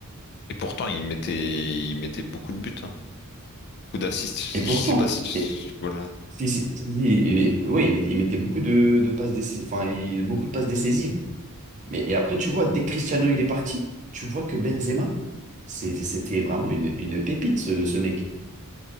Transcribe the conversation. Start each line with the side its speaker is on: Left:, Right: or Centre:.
Left: Et pourtant, il mettait, il mettait beaucoup de buts, hein. Beaucoup d'assists. <laughs>
Right: Et
Left: Je
Right: pourtant,
Left: sais pas si tu...
Right: et-
Left: Voilà.
Right: si, si, si, si, il- oui, il met- il mettait beaucoup de, de passes décisives, enfin, il- beaucoup de passes décisives. Mais et après, tu vois, dès que Cristiano il est parti, tu vois que Benzema, c'est- c'était vraiment une, une pépite, ce, ce mec.